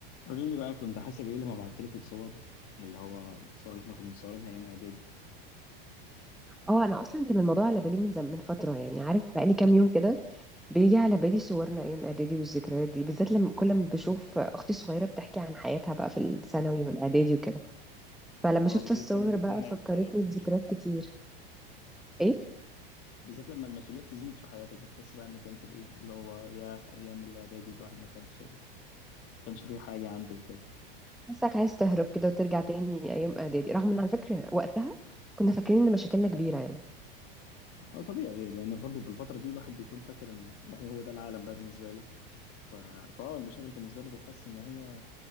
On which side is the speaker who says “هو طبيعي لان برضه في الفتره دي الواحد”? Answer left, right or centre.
Left